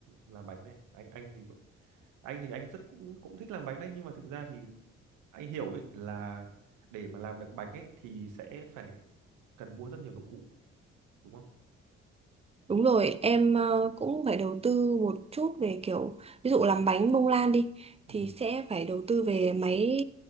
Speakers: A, on the right; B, on the right.
A: làm bánh này. Anh anh thì anh thì anh rất cũng cũng thích làm bánh đấy nhưng mà thực ra thì anh hiểu ấy là để mà làm được bánh ấy thì sẽ phải cần mua rất nhiều dụng cụ đúng không?
B: Đúng rồi, em ờ, cũng phải đầu tư một chút về kiểu ví dụ làm bánh bông lan đi
A: Ừ
B: thì sẽ phải đầu tư về máy